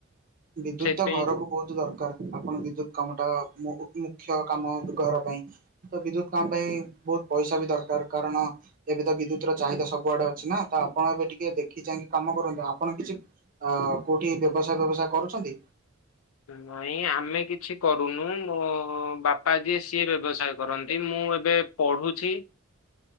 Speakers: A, on the right; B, on the left.
A: ବିଦ୍ୟୁତ
B: ସେଥିପାଇଁ
A: ତ ଘରକୁ ବହୁତ ଦର ଆପଣ ବିଦ୍ୟୁତ କାମଟା ବହୁତ ମୁଖ୍ୟ କାମ ଘର ପାଇଁ ତ ବିଦ୍ୟୁତ କାମ ପାଇଁ ବହୁତ ପଇସା ବି ଦରକାର କାରଣ ଏବେ ତ ବିଦ୍ୟୁତ ର ଚାହିଦା ସବୁଆଡେ ଅଛି ନା ତ ଆପଣ ଏବେ ଟିକେ ଦେଖିଚାହିଁ କାମ କାମ କରନ୍ତୁ ଆପଣ କିଛି ଅ କୋଉଠି ବ୍ୟବସାୟ ଫ୍ୟବସାୟ କରୁଛନ୍ତି?
B: ନାଇଁ ଆମେ କିଛି କରୁନୁ ମୋ ବାପା ଯିଏ ସିଏ ବ୍ୟବସାୟ କରନ୍ତି ମୁଁ ମୁଁ ଏବେ ପଢୁଛି।